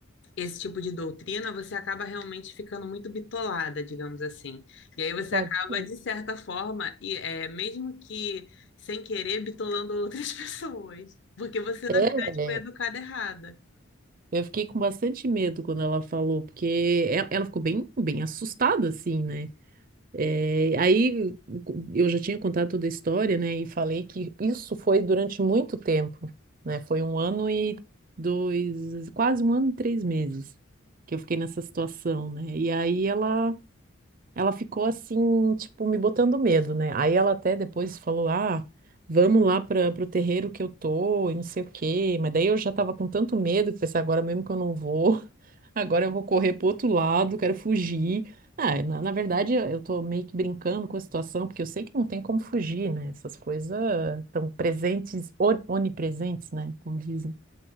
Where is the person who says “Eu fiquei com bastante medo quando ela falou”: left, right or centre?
Right